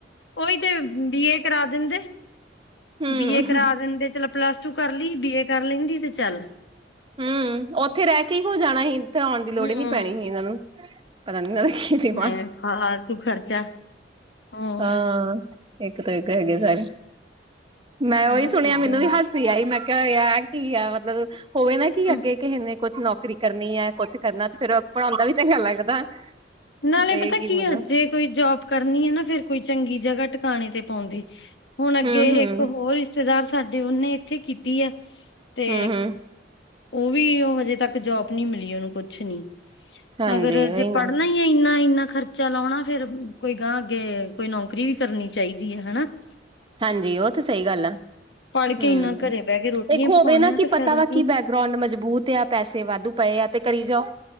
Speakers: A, on the left; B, on the right.
A: ਉਹੀ ਤੇ ਬੀਏ ਕਰਾ ਦਿੰਦੇ।
B: ਹੂੰ
A: ਬੀ ਏ ਕਰਾ ਦਿੰਦੇ ਚਲੋ ਪਲੱਸ ਟੂ ਕਰ ਲਈ ਬੀ ਏ ਕਰ ਲੈਂਦੀ ਤੇ ਚੱਲ।
B: ਹੂੰ, ਉੱਥੇ ਰਹਿ ਕੇ ਹੀ ਹੋ ਜਾਣਾ ਸੀ ਇੱਥੇ ਆਉਣ ਦੀ
A: ਹੂੰ
B: ਲੋੜ ਹੀ ਨਹੀਂ ਪੈਣੀ ਸੀ ਇਹਨਾਂ ਨੂੰ। ਪਤਾ ਨਹੀਂ ਕੀਤੀ ਹਾਂ,
A: ਐ ਫਾਲਤੂ ਖਰਚਾ ਹੋਰ
B: ਹਾਂ। ਇੱਕ ਤੋਂ ਇੱਕ ਹੈਗੇ ਸਾਰੇ, ਮੈਂ ਉਹੀ
A: ਬਸ
B: ਸੁਣਿਆ
A: ਏਦਾਂ
B: ਮੈਨੂੰ ਵੀ ਆ ਹੀ ਮੈਂ ਕਿਹਾ ਯਾਰ ਕੀ ਆ ਮੱਤਲਬ ਹੋਵੇ ਨਾ ਕੀ
A: ਹੀ
B: ਅੱਗੇ ਕਿਸੇ ਨੇ, ਕੁੱਛ ਨੌਕਰੀ ਕਰਨੀ ਹੈ ਕੁੱਛ ਕਰਨਾ ਤੇ ਫਿਰ ਪੜ੍ਹਾਉਂਦਾ ਵੀ ਚੰਗਾ ਲੱਗਦਾ।
A: ਨਾਲੇ
B: ਤੇ
A: ਪਤਾ ਕੀ
B: ਮਤਲਬ
A: ਆ ਜੇ ਕੋਈ ਜੋਬ ਕਰਨੀ ਹੈ ਨਾ ਫਿਰ ਕੋਈ ਚੰਗੀ ਜਗ੍ਹਾ ਟਿਕਾਣੇ ਤੇ ਪਾਉਂਦੇ। ਹੁਣ ਅੱਗੇ
B: ਹੂੰ-ਹੂੰ,
A: ਇੱਕ ਹੋਰ ਰਿਸ਼ਤੇਦਾਰ ਸਾਡੇ ਉਹਨੇ ਇੱਥੇ ਕੀਤੀ ਆ। ਤੇ
B: ਹੂੰ-ਹੂੰ
A: ਉਹ ਵੀ ਉਹ ਹਜੇ ਤੱਕ ਜੋਬ ਨੀ ਮਿਲੀ ਉਹਨੂੰ ਕੁਛ ਨੀ।
B: ਹਾਂਜੀ
A: ਅਗਰ
B: ਉਹੀ
A: ਜੇ
B: ਨਾ
A: ਪੜ੍ਹ ਨਹੀਂ ਇੰਨਾ- ਇੰਨਾ ਖਰਚਾ ਲਾਉਣਾ ਫੇਰ ਕੋਈ ਗਹ ਅੱਗੇ ਕੋਈ ਨੌਕਰੀ ਵੀ ਕਰਨੀ ਚਾਹੀਦੀ ਹੈ ਹਨਾ। <inaudible>
B: ਹਾਂਜੀ ਉਹ ਤੇ ਸਹੀ ਗੱਲ ਆ,
A: ਪੜ੍ਹ
B: ਹੂੰ,
A: ਕੇ ਇੰਨਾ ਘਰੇ ਬਹਿ ਕੇ ਰੋਟੀਆਂ
B: ਇੱਕ
A: ਹੀ
B: ਹੋਵੇ
A: ਪਕਾਉਣੀਆਂ
B: ਨਾ ਕੀ
A: ਤੇ
B: ਪਤਾ
A: ਫਾਇਦਾ
B: ਵਾ ਕੀ ਬਹਿ ਗਰਾਉਡ ਮਜ਼ਬੂਤ ਆ ਪੈਸੇ ਵਾਧੂ ਪਏ ਆ ਤੇ ਕਰੀ ਜਾ,